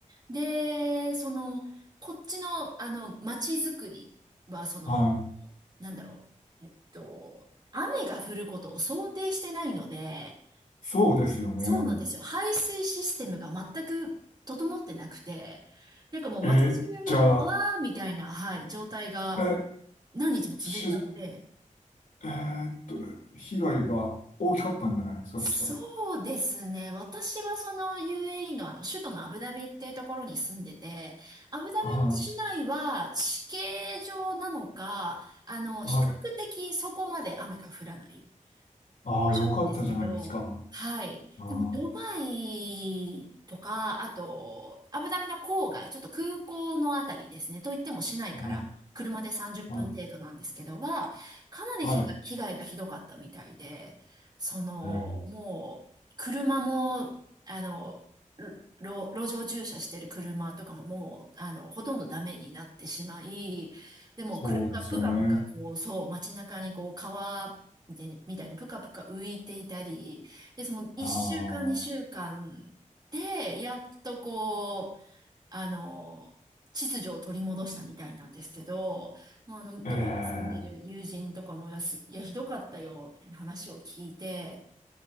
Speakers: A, on the right; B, on the left.
A: で、その、こっちの、あの、街づくりは、その、
B: はい。
A: なんだろう、えっと、雨が降ることを想定してないので、
B: そうですよね。
A: そうなんですよ。排水システムが全く整ってなくて、なんかもう街中が川みたいな、
B: えー、じゃあ、
A: はい、状態が
B: え、
A: 何日も続いちゃって、
B: し、えーっと、被害が大きかったんじゃないですか、
A: そうですね。
B: そしたら。
A: 私はその UAE のあの首都のアブダビっていうところに住んでて、アブダビの市内は地形上なのか、
B: はい
A: あの、
B: はい。
A: 比較的そこまで雨が降らない。
B: ああ、
A: 場所なんですけど、
B: よかったじゃないですか。
A: はい。
B: あ
A: でも、ドバイとか、あと、アブダビの郊外、ちょっと空港のあたりですね。といっても市内から車で30分程度なんですけどは、
B: あ、はい、はい、
A: かなり被害、
B: はい。
A: 被害がひどかったみたいで、その、
B: えー
A: もう、車も、あの、路、路上駐車してる車とかももう、あの、ほとんどダメになってしまい、でも車がブカブカこう、
B: そうですよね。
A: そう、街中にこう、川、でみたいにぷかぷか浮いていたり、で、その一週間、
B: ああ、
A: 二週間で、やっとこう、あの、秩序を取り戻したみたいなんですけど、もうあの、ドバイに住んでる友人とかもやす、
B: ええ、
A: いや、ひどかったよ、みたいな話を聞いて、